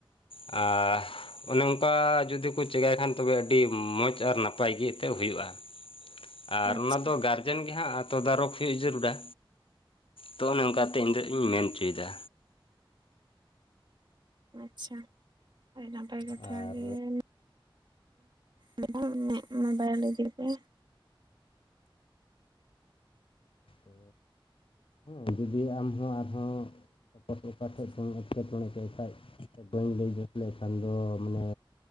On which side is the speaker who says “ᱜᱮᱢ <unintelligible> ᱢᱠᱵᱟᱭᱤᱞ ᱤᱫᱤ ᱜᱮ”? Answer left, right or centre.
Right